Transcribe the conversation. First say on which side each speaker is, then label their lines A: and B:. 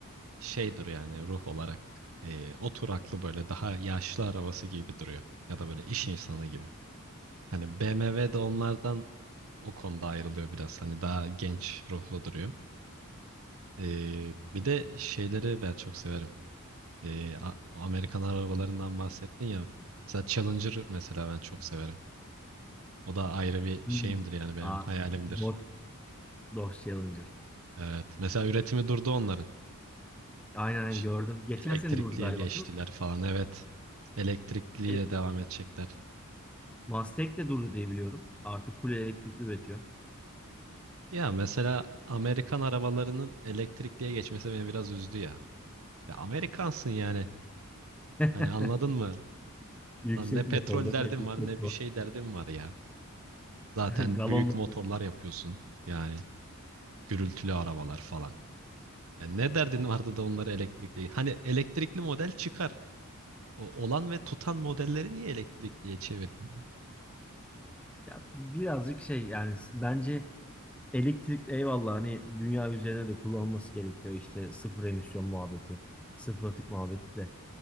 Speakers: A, on the right; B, in the centre.
A: şey duruyor yani ruh olarak. Ee, oturaklı böyle daha yaşlı arabası gibi duruyor. Ya da böyle iş insanı gibi. Hani BMW de onlardan o konuda ayrılıyor biraz. Hani daha genç ruhlu duruyor. Ee, bir de şeyleri ben çok severim. Ee, A- Amerikan arabalarından bahsettin ya. Mesela Challenger mesela ben çok severim. O da ayrı bir
B: Hmm.
A: şeyimdir yani benim
B: Aa,
A: hayalimdir.
B: Dodge, Dodge Challenger.
A: Evet. Mesela üretimi durdu onların.
B: Aynen aynen,
A: Ş-
B: gördüm. Geçen
A: Elektrikliye
B: sene durdu galiba.
A: geçtiler
B: değil mi?
A: falan. Evet. Elektrikliyle
B: E,
A: devam edecekler.
B: Mustang de durdu diye biliyorum. Artık full elektrikli üretiyor.
A: Ya mesela Amerikan arabalarının elektrikliye geçmesi beni biraz üzdü ya. Ya Amerikansın yani.
B: <laughs>
A: Hani anladın mı?
B: Yüksek
A: Lan ne petrol
B: motorda.
A: derdin
B: Evet, yüksek
A: var ne bir şey derdin var ya. Zaten
B: <laughs> Galonla
A: büyük motorlar
B: diyorsun.
A: yapıyorsun. Yani gürültülü arabalar falan. Yani ne derdin vardı da onları elektrikli. Hani elektrikli model çıkar. O olan ve tutan modelleri niye elektrikliye çevirdin?
B: Ya birazcık şey yani bence elektrik eyvallah hani dünya üzerine de kullanılması gerekiyor işte sıfır emisyon muhabbeti, sıfır atık muhabbeti de.